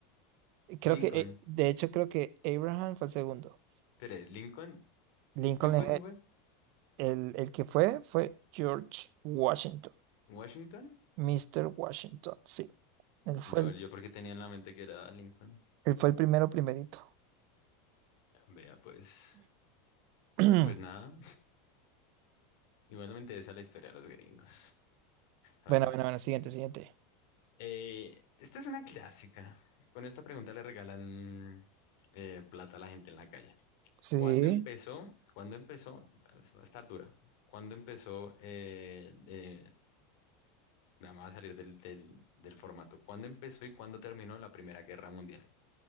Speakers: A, on the right (about 55°); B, on the left (about 65°).
A: Creo
B: Lincoln.
A: que, eh, de hecho, creo que Abraham fue el segundo.
B: Espere, Lincoln.
A: Lincoln
B: ¿Quién fue?
A: es
B: ¿Quién
A: el,
B: fue?
A: el- el que fue, fue George Washington.
B: ¿Washington?
A: Mister Washington, sí. Él fue
B: Lol,
A: el,
B: yo porque tenía en la mente que era Lincoln.
A: él fue el primero, primerito.
B: Vea, pues.
A: <clears throat>
B: Pues nada. Igualmente esa es la historia de los gringos. No,
A: Bueno,
B: mentiras.
A: bueno, bueno, siguiente, siguiente.
B: Eh, esta es una clásica. Con esta pregunta le regalan eh, plata a la gente en la calle.
A: Sí.
B: ¿Cuándo empezó? ¿Cuándo empezó? Pues, Va a estar dura. ¿Cuándo empezó? Eh, eh, vamos a salir del, del- del formato. ¿Cuándo empezó y cuándo terminó la Primera Guerra Mundial?